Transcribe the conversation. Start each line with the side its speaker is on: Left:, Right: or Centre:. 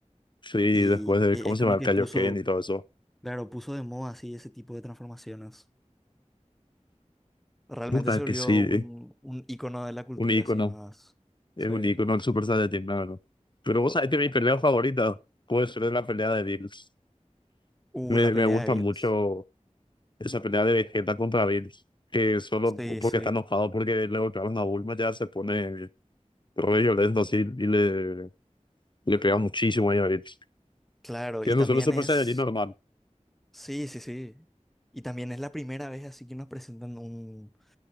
Left: Sí,
Centre: Y
Left: después de,
Centre: e-
Left: ¿cómo
Centre: es
Left: se
Centre: como
Left: llama? El
Centre: que
Left: Kaioken
Centre: puso,
Left: y todo eso.
Centre: claro, puso de moda así ese tipo de transformaciones. Realmente
Left: Puta
Centre: se volvió
Left: que sí,
Centre: un, un ícono de la cultura
Left: un ícono.
Centre: así más.
Left: Es
Centre: Sí.
Left: un icono del Super Saiyajin, la verdad. Pero vos sabés que mi pelea favorita puede ser la pelea de Bills.
Centre: Uh,
Left: Me,
Centre: la pelea
Left: me gusta
Centre: de Bills.
Left: mucho esa pelea de Vegeta contra Bills, que solo
Centre: Sí,
Left: porque
Centre: sí,
Left: está enojado porque le golpearon a Bulma ya se pone re violento así y le, le pega muchísimo ahí a Bills.
Centre: claro.
Left: Siendo
Centre: Y también
Left: solo Super
Centre: es.
Left: Saiyajin normal.
Centre: Sí, sí, sí. Y también es la primera vez así que nos presentan un,